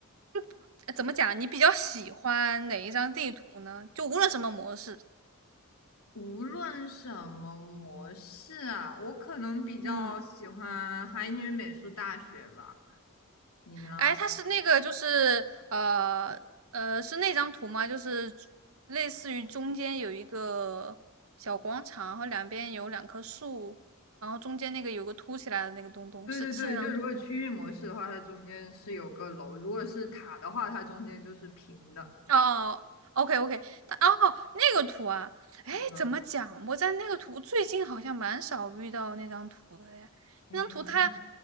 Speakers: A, on the right; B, on the left.
A: 就呃怎么讲？你比较喜欢哪一张地图呢？就无论什么模式，
B: 无论什么模式啊，我可能比较喜欢海女美术大学吧。
A: 嗯，
B: 你呢？
A: 哎，它是那个就是呃呃是那张图吗？就是类似于中间有一个小广场，然后两边有两棵树，然后中间那个有个凸起来的那个东东，
B: 对对对，
A: 是是那张图吗？
B: 就如果区域模式的话，它中间是有个楼；如果是塔的话，它中间就是平的。
A: 哦，OK OK，它哦，那个图啊，
B: 是的，
A: 哎，怎么讲？我在那个图最近好像蛮少遇到那张图的哎，
B: 嗯，
A: 那张图它